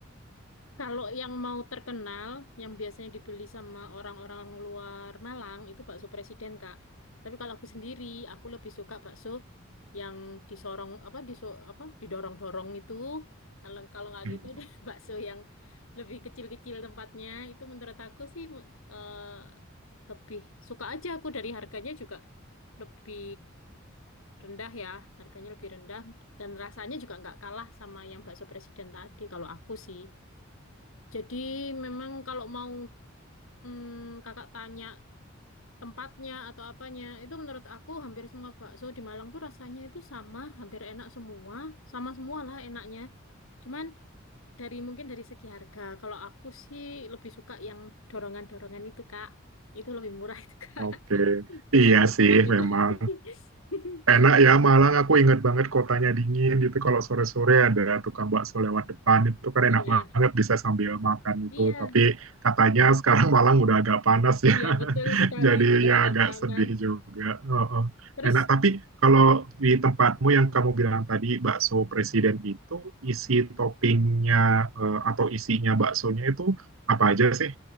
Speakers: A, on the left; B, on the right.
A: Kalau yang mau terkenal, yang biasanya dibeli sama orang-orang luar Malang, itu bakso presiden, Kak. Tapi kalau aku sendiri, aku lebih suka bakso yang disorong, apa, diso, apa, didorong-dorong itu. Kalau kalau nggak
B: Hmm.
A: gitu, <laughs> deh, bakso yang lebih kecil-kecil tempatnya, itu menurut aku sih eh, lebih suka aja aku dari harganya juga lebih rendah ya harganya lebih rendah dan rasanya juga nggak kalah sama yang bakso presiden tadi kalau aku sih jadi memang kalau mau mm, kakak tanya tempatnya atau apanya itu menurut aku hampir semua bakso di Malang tuh rasanya itu sama hampir enak semua sama semua lah enaknya cuman dari mungkin dari segi harga kalau aku sih lebih suka yang dorongan-dorongan itu kak itu lebih murah itu kak
B: Oke,
A: <laughs> keliling
B: Iya
A: rumah
B: sih
A: itu
B: memang
A: <laughs>
B: enak ya Malang. Aku ingat banget kotanya dingin gitu. Kalau sore-sore ada tukang bakso lewat depan itu kan
A: iya
B: enak banget bisa sambil makan itu.
A: iya
B: Tapi katanya sekarang Malang udah agak panas ya.
A: iya
B: <laughs>
A: betul sekali
B: Jadi
A: sudah
B: ya
A: agak
B: agak
A: panas
B: sedih juga. Heeh.
A: terus
B: Enak, tapi kalau di tempatmu yang kamu bilang tadi bakso presiden itu isi toppingnya eh, atau isinya baksonya itu apa aja sih?